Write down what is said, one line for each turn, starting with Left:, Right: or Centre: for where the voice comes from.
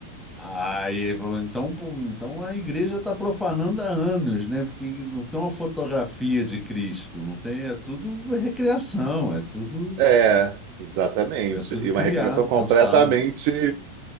Centre: Aí ele falou, então, pô, então a igreja está profanando há anos, né? Porque não tem uma fotografia de Cristo, não tem, é tudo recriação, é tudo,
Right: É, exatamente.
Centre: é tudo
Right: E
Centre: criado,
Right: uma recriação completamente.
Centre: pensado.